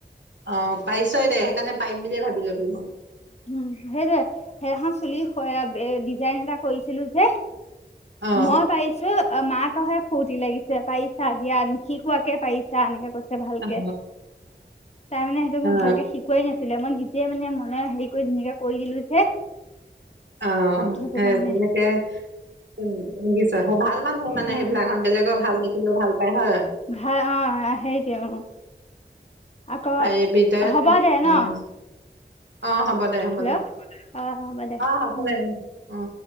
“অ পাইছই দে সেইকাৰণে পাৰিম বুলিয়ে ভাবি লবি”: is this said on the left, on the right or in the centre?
Right